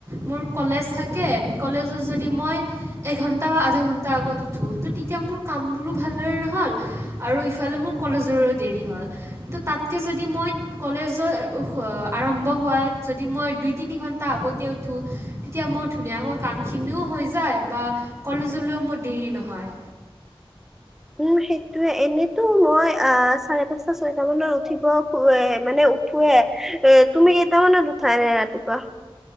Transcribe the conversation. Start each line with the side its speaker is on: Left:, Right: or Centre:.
Right: মোৰ কলেজ থাকে কলেজত যদি মই এঘণ্টা বা আধা ঘণ্টা আগত উঠো তো তেতিয়া মোৰ কামবোৰো ভালদৰে নহ'ল আৰু ইফালে মোৰ কলেজৰো দেৰি হ'ল তো তাতকৈ যদি মই কলেজৰ আৰম্ভ হোৱাত যদি মই দুই তিনি ঘণ্টা আগতে উঠোঁ তেতিয়া মোৰ ধুনীয়াকৈ কামখিনি কিনিও হৈ যায় বা কলেজলৈও মোৰ দেৰি নহয়
Centre: <unintelligible> উম সেইটোয়ে এনেতো মই আ চাৰে পাঁচটা ছয়ত মানত উঠিব খ মানে উঠোৱে এ তুমি কেইটামানত উঠা এনে ৰাতিপুৱা?